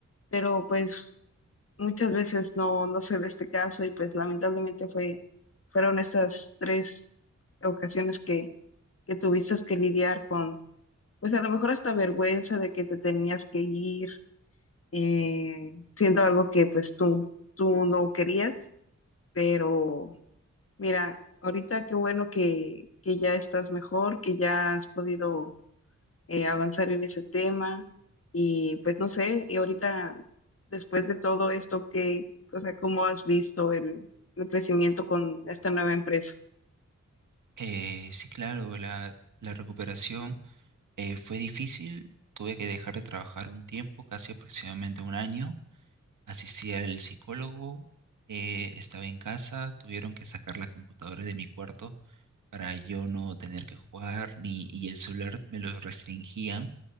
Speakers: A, on the left; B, on the right.
A: pero pues muchas veces no, no se da este caso y pues lamentablemente fue, fueron estas tres ocasiones que que tuviste que lidiar con, pues a lo mejor hasta vergüenza de que te tenías que ir, eh, siendo algo que pues tú, tú no querías, pero mira, ahorita qué bueno que, que ya estás mejor, que ya has podido eh, avanzar en ese tema y pues no sé, y ahorita después de todo esto, ¿qué, o sea, cómo has visto el, el crecimiento con esta nueva empresa?
B: Eh, sí, claro, la, la recuperación eh, fue difícil. Tuve que dejar de trabajar un tiempo, casi aproximadamente un año. Asistí al psicólogo, eh, estaba en casa, tuvieron que sacar la computadora de mi cuarto para yo no tener que jugar ni, y el celular me lo restringían,